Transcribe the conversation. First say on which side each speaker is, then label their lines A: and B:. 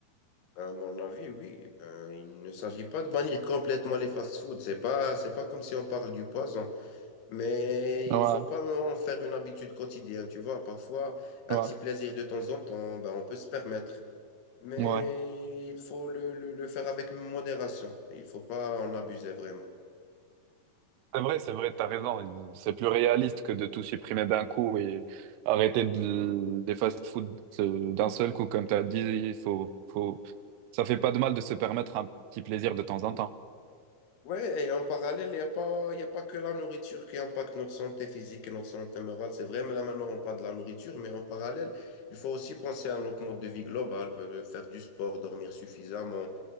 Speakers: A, on the left (about 80°); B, on the right (about 85°).
A: Ben, à mon avis, oui. Ben, il ne s'agit pas de bannir complètement les fast-foods. C'est pas, c'est pas comme si on parle du poison. Mais
B: Ouais.
A: il faut pas en faire une habitude quotidienne, tu vois. Parfois, un
B: Ouais,
A: petit plaisir de temps en temps, ben, on peut se permettre. Mais
B: ouais.
A: il faut le, le, le faire avec modération. Il faut pas en abuser vraiment.
B: C'est vrai, c'est vrai, t'as raison. C'est plus réaliste que de tout supprimer d'un coup et arrêter de, des fast-food euh, d'un seul coup. Comme t'as dit, il faut, faut... ça fait pas de mal de se permettre un petit plaisir de temps en temps.
A: Ouais, et en parallèle, il n'y a pas, il y a pas que la nourriture qui impacte notre santé physique et notre santé morale. C'est vrai, mais là maintenant, on parle de la nourriture, mais en parallèle, il faut aussi penser à notre mode de vie global, euh, faire du sport, dormir suffisamment.